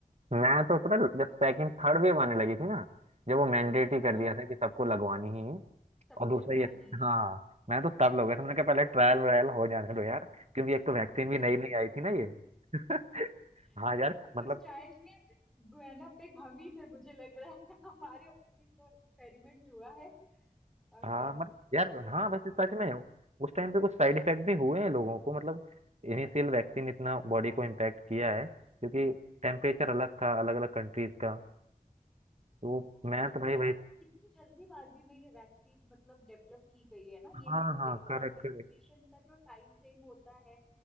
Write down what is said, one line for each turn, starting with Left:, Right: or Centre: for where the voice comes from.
Right: मैं तो पता है, जब सेकंड थर्ड वेव आने लगी थी ना जब वो मैंडेटरी कर
Centre: हाँ
Right: दिया था कि सबको लगवानी ही है और
Centre: सबको
Right: हाँ दूसरा
Centre: लगवानी
Right: ये
Centre: ही है
Right: हाँ
Centre: हाँ
Right: मैं तो तब लगा था मैंने कहा पहले ट्रायल व्रायल हो जाने दो यार क्योंकि एक तो वैक्सीन भी नई नई आई थी ना ये <laughs>
Centre: हाँ,
Right: हाँ यार मतलब
Centre: उस चाइल्ड के गुआना पे हम ही थे मुझे लग रहा है <laughs> हमारे ऊपर ही वो एक्सपेरिमेंट हुआ है और
Right: हाँ
Centre: बस
Right: मतलब यार
Centre: हो
Right: हाँ
Centre: गया
Right: वैसे सच
Centre: बारह
Right: में उस टाइम पे कुछ साइड इफेक्ट भी हुए हैं लोगों को मतलब इनिशियल वैक्सीन इतना
Centre: हाँ
Right: बॉडी को इम्पैक्ट किया है क्योंकि टेम्परेचर
Centre: किया है
Right: अलग था अलग अलग कंट्रीज का तो
Centre: हाँ
Right: मैं
Centre: बिल्कुल
Right: तो भाई भाई
Centre: और कितनी जल्दीबाजी में ये वैक्सीन मतलब डेवलप की गई है ना ये
Right: हाँ
Centre: भी तो
Right: हाँ
Centre: देखो
Right: करेक्ट
Centre: आप वैक्सीनेशन का जो टाइम फ्रेम होता है